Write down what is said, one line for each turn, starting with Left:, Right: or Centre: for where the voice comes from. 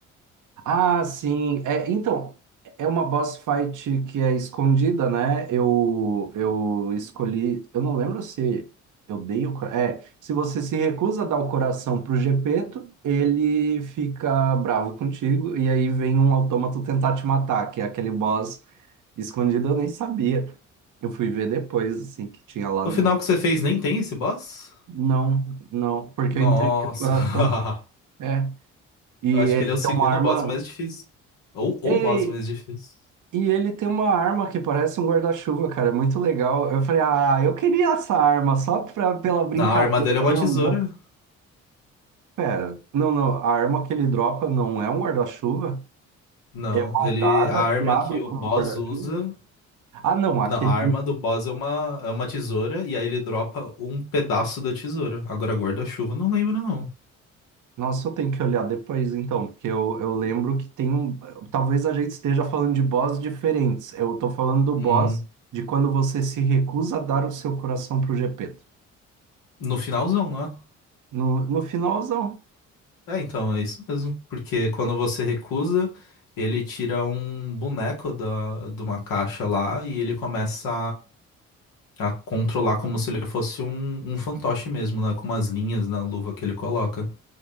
Right: Ah, sim. É, então, é uma boss fight que é escondida, né? Eu, eu escolhi. Eu não lembro se eu dei o. cora- É, se você se recusa a dar o coração pro Gepeto, ele fica bravo contigo. E aí vem um autômato tentar te matar, que é aquele boss escondido, eu nem sabia. Eu fui ver depois, assim, que tinha lá
Left: O
Right: no.
Left: final que você fez nem tem esse boss?
Right: Não, não, porque
Left: Nossa.
Right: eu entreguei o coração.
Left: <laughs>
Right: É. E ele
Left: Eu acho que ele
Right: tem
Left: é o segundo
Right: uma arma.
Left: boss mais difícil. Ou o
Right: Ei!
Left: boss mais difícil.
Right: E ele tem uma arma que parece um guarda-chuva, cara. É muito legal. Eu falei, ah, eu queria essa arma só pra, pela brincadeira
Left: Na arma dele é uma
Right: de
Left: tesoura.
Right: eu não. lugar." Pera, não, não. A arma que ele dropa não é um guarda-chuva.
Left: Não,
Right: É uma
Left: ele,
Right: adaga
Left: a arma
Right: que abre
Left: que o
Right: como
Left: boss
Right: um guarda-chuva.
Left: usa
Right: Ah, não. Aquele.
Left: Não, a arma do boss é uma, é uma tesoura e aí ele dropa um pedaço da tesoura. Agora guarda-chuva, não lembro não.
Right: Nossa, eu tenho que olhar depois, então, porque eu, eu lembro que tem um. Talvez a gente esteja falando de boss diferentes. Eu tô falando do boss
Left: Hum,
Right: de quando você se recusa a dar o seu coração pro Gepeto.
Left: No finalzão, não é?
Right: No, no finalzão.
Left: É, então, é isso mesmo. Porque quando você recusa, ele tira um boneco da, de uma caixa lá e ele começa a, a controlar como se ele fosse um, um fantoche mesmo, né? Com umas linhas na luva que ele coloca.